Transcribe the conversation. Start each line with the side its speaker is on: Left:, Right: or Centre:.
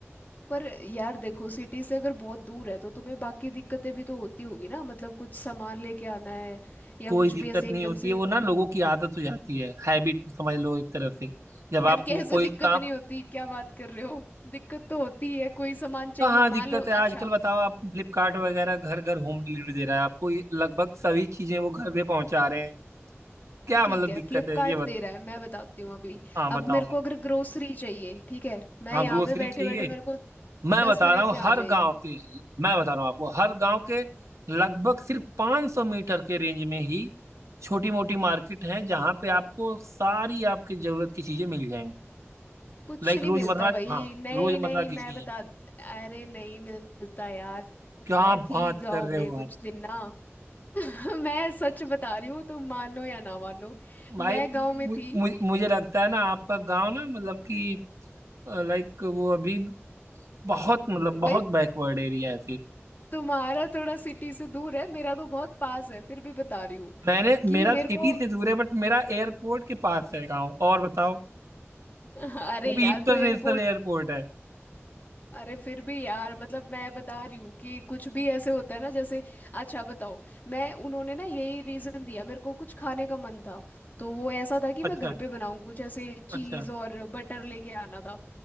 Left: पर यार देखो सिटी से अगर बहुत दूर है तो तुम्हें बाकी दिक्कतें भी तो होती होगी ना मतलब कुछ सामान लेके आना है या
Right: कोई
Left: कुछ
Right: दिक्कत
Left: भी ऐसे एकदम
Right: नहीं होती
Left: से
Right: है वो ना लोगों की आदत हो जाती है हैबिट समझ लो एक तरह से जब
Left: यार
Right: आप
Left: कैसे
Right: वो कोई
Left: दिक्कत
Right: काम
Left: नहीं होती क्या बात कर रहे हो दिक्कत तो होती है कोई सामान
Right: कहाँ
Left: चाहिए
Right: दिक्कत
Left: मान लो
Right: है आजकल
Left: अच्छा
Right: बताओ आप फ्लिपकार्ट वगैरह घर घर होम डिलीवरी दे रहा है आपको ये लगभग सभी चीजें वो घर पे पहुंचा रहे हैं क्या
Left: ठीक
Right: मतलब
Left: है
Right: दिक्कत
Left: फ्लिपकार्ट
Right: है ये बताओ
Left: दे रहा है मैं बताती हूँ अभी
Right: हाँ
Left: अब
Right: बताओ
Left: मेरे
Right: आप
Left: को अगर ग्रोसरी चाहिए ठीक है मैं
Right: हाँ
Left: यहाँ
Right: ग्रोसरी
Left: पे बैठे
Right: चाहिए
Left: बैठे मेरे को
Right: मैं
Left: दस
Right: बता
Left: मिनट
Right: रहा हूँ
Left: में आ
Right: हर
Left: जाएगी
Right: गांव के मैं बता रहा हूँ आपको हर गांव के लगभग सिर्फ 500 मीटर के रेंज में ही छोटी मोटी मार्केट है जहाँ पे आपको सारी आपकी जरूरत की चीजें मिल जाएंगी
Left: कुछ
Right: लाइक
Left: नहीं
Right: रोजमर्रा
Left: मिलता भाई
Right: हाँ
Left: नहीं
Right: रोजमर्रा
Left: नहीं
Right: की
Left: मैं
Right: चीजें
Left: बता अरे नहीं मिलता यार
Right: क्या
Left: मैं थी
Right: बात
Left: गांव
Right: कर रहे
Left: में
Right: हो
Left: कुछ
Right: आप
Left: दिन ना <laughs> मैं सच बता रही हूँ तुम मानो या ना मानो
Right: भाई
Left: मैं गांव में
Right: मु,
Left: थी
Right: मु, मुझे लगता है ना आपका गांव ना मतलब कि लाइक वो अभी बहुत मतलब
Left: भाई
Right: बहुत बैकवर्ड एरिया है फिर
Left: तुम्हारा थोड़ा सिटी से दूर है मेरा तो बहुत पास है फिर भी बता रही हूँ
Right: मैंने मेरा
Left: कि मेरे
Right: सिटी
Left: को
Right: से दूर है बट मेरा एयरपोर्ट के पास है गाँव और बताओ
Left: <laughs> अरे
Right: वो
Left: यार
Right: भी इंटरनेशनल
Left: तो एयरपोर्ट
Right: एयरपोर्ट है
Left: अरे फिर भी यार मतलब मैं बता रही हूँ कि कुछ भी ऐसे होता है ना जैसे अच्छा बताओ मैं उन्होंने ना यही रीज़न दिया मेरे को कुछ खाने का मन था तो वो ऐसा था कि मैं
Right: अच्छा
Left: घर पे बनाऊँ कुछ ऐसे चीज़
Right: अच्छा
Left: और बटर लेके आना था